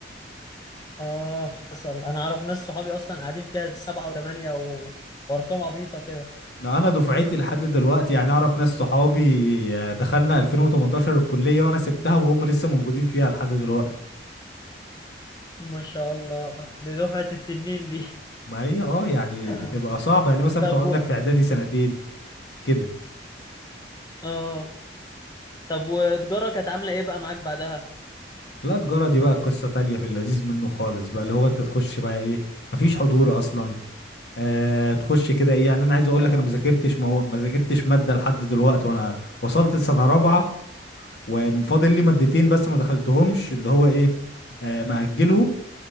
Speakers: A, on the left; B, on the left.
A: اه حصل انا اعرف ناس صحابي اصلا قاعدين فيها سبعة وثمانية و... وارقام عبيطه كده
B: ما انا دفعتي لحد دلوقتي يعني اعرف ناس صحابي آه، دخلنا 2018 الكليه وانا سبتها وهم لسه موجودين فيها لحد دلوقتي
A: ما شاء الله دي دفعه التنين دي
B: ما هي اه يعني
A: <laughs>
B: بتبقى صعبه يعني مثلا
A: طب
B: بتقعد
A: و...
B: لك في اعدادي سنتين كده
A: اه طب وتجاره كانت عامله ايه بقى معاك بعدها
B: لا تجارة دي بقى قصة تانية في اللذيذ منه خالص بقى اللي هو انت تخش بقى ايه مفيش حضور اصلا آه تخش كده ايه يعني انا عايز اقول
A: اه
B: لك انا ما ذاكرتش مو... ما ذاكرتش مادة لحد دلوقتي وانا وصلت لسنة رابعة وفاضل لي مادتين بس ما دخلتهمش اللي هو ايه آه مأجلهم